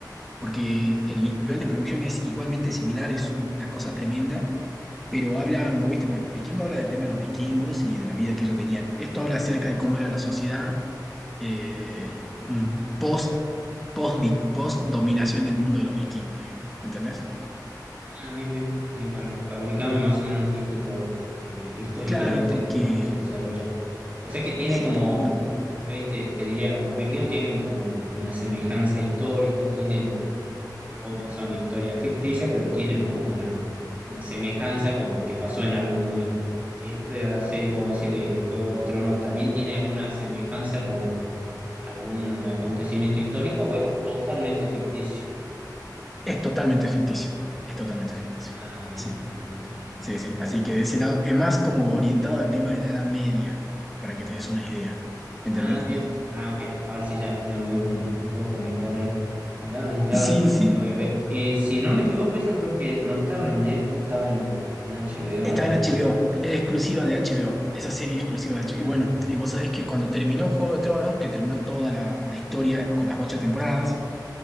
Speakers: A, in the centre; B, on the right.
A: porque el
B: Eh,
A: nivel de producción es igualmente similar, es una cosa tremenda, pero hablan, vos viste, bueno, Vikingo habla del tema de los vikingos y de la vida que ellos tenían. Esto habla acerca de cómo era la sociedad eh, un post, post, post dominación del mundo de los vikingos, digamos. ¿Me entendés?
B: ah, bien, bien. Ahí para, para ubicarme más o menos así, tipo, eh, históricamente,
A: Claro, porque
B: cuándo se desarrolla. O sea que tiene
A: sí,
B: como,
A: porque
B: a ver, te, te diría, los vikingos tienen como una semejanza histórica, tienen Obvio, son historias ficticias, pero tienen, ¿no? una, una semejanza con lo que pasó en algún momento. Esta serie como decir de Juegos de Tronos también tiene alguna semejanza con algún acontecimiento histórico o es totalmente ficticio?
A: es totalmente ficticio. Es totalmente ficticio.
B: Ah, bien,
A: Sí,
B: bien, bien. Bueno.
A: sí, sí. Así que de ese lado, es más como orientado al tema de la Edad Media, para que te des una idea. ¿Entendés?
B: Ah, bien. Ah, ok. Ahora sí ya, ya me ubico un, un poco mejor ahí. Dale, ya la
A: Sí, sí.
B: la voy a ver. Eh, si no me equivoco, esa creo que no estaba en Netflix, estaba en, en HBO,
A: Está
B: ¿no?
A: en HBO, es exclusiva de HBO,
B: Sí.
A: esa serie es exclusiva de HBO.
B: Claro.
A: Y bueno, y vos sabés que cuando terminó Juego de Tronos, que terminó toda la, la historia con las ocho temporadas,